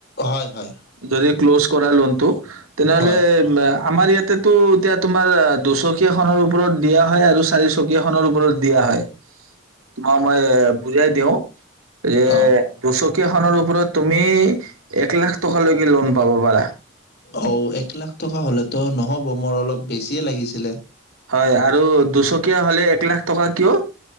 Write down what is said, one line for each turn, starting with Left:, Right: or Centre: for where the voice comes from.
Left: হয়, হয়।
Right: যদি ক্ল'জ কৰা লোনটো তেনেহ'লে
Left: হয়
Right: আমাৰ ইয়াত তাতেটো এতিয়া তোমাৰ দুচকীয়া খনৰ ওপৰত দিয়া হয় আৰু চাৰিচকীয়া খনৰ ওপৰত দিয়া হয়। তোমাক মই বুজাই দিওঁ, যে
Left: অ
Right: দুচক কীয়া খনৰ ওপৰত তুমি এক লাখ টকালৈকে ল'ন পাব পাৰা।
Left: অও, এক লাখ টকা হ'লেতো নহ'ব মোৰ অলপ বেছিয়ে লাগিছিলে।
Right: হয় আৰু দুচকীয়া হ'লে এক লাখ টকা কিয়,